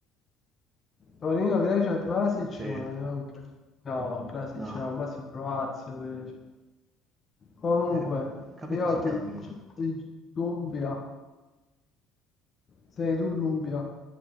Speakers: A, on the left; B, on the right.
A: Torino, Grecia, Krasic,
B: Sì.
A: ma vediamo che- No, Krasic
B: No,
A: al massimo Croazia, deve- Comunque,
B: eh, ho capito,
A: io
B: si chiami.
A: ti, ti- Dumbia, sei tu Dumbia?